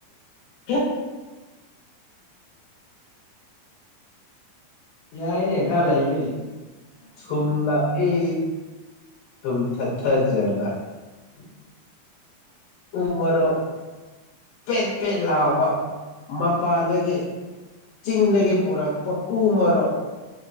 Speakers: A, on the left; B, on the left.
A: ꯀ
B: ꯌꯥꯏꯅꯦ ꯈꯔ ꯂꯩꯅꯦ
A: ꯊꯨꯝꯂ ꯑꯦ ꯊꯨꯝ ꯊꯥ ꯊꯥꯖꯕ
B: ꯇꯥꯗꯔꯦ <inaudible>
A: ꯎꯃꯔꯣꯛ ꯄꯦꯠꯄꯦꯠ ꯂꯥꯎꯕ ꯃꯄꯥꯟꯘꯒꯤ ꯆꯤꯡꯗꯒꯤ ꯄꯨꯔꯛꯄ ꯎ ꯃꯔꯣꯛ